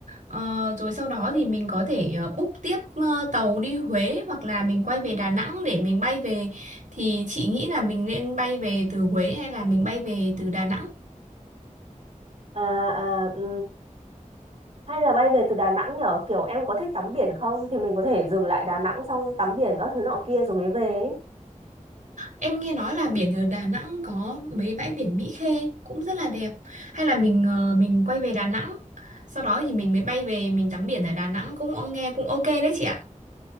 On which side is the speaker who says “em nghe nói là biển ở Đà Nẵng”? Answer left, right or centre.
Right